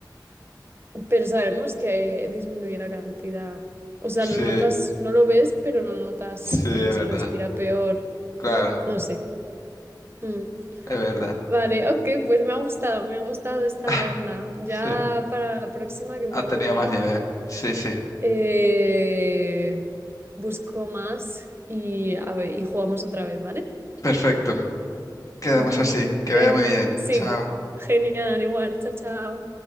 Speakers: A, on the right; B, on the left.
A: Pero sabemos que disminuye la cantidad. O sea,
B: Sí,
A: lo notas, no lo ves, pero lo notas
B: sí,
A: porque
B: es
A: se
B: verdad.
A: respira peor,
B: Claro,
A: ¿no? No sé. Mm.
B: es verdad.
A: Vale, ok, pues me ha gustado, me ha gustado esta
B: <laughs>
A: ronda. Ya
B: Sí,
A: para la próxima que me
B: ha
A: toque
B: tenido
A: ir,
B: más nivel. Sí, sí.
A: eh, busco más y, a ver, y jugamos otra vez, ¿vale?
B: Perfecto.
A: <laughs>
B: Quedamos así. Que
A: Ven,
B: vaya muy bien.
A: sí,
B: Chao.
A: ve- genial, igual, chao, chao.